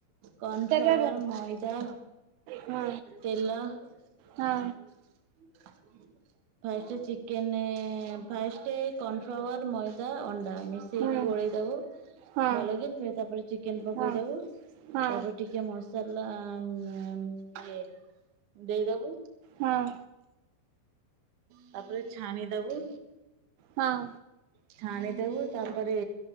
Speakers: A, on the right (about 55°); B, on the right (about 80°).
A: କର୍ଣ୍ଣଫ୍ଲାୱାର
B: ତାର
A: ମଇଦା
B: ହଁ
A: ତେଲ। ଫାଷ୍ଟ
B: ହଁ
A: ଚିକେନ ଫାଷ୍ଟେ କର୍ଣ୍ନଫ୍ଲାୱାର ମଇଦା ଅଣ୍ଡା ମି ଦେଇକି
B: ହୁଁ
A: ଗୋଳେଇ ଦବୁ
B: ହଁ
A: ଭଲ କି ତାପରେ ଚିକେନ ପକେଇ
B: ହଁ
A: ଦବୁ
B: ହଁ
A: ତାପରେ ଟି ଟିକେ ମସଲା ଇଏ ଦେଇଦବୁ।
B: ହଁ।
A: ତାପରେ ଛାଣି ଦବୁ।
B: ହଁ
A: ଛାଣିଦବୁ ତାପରେ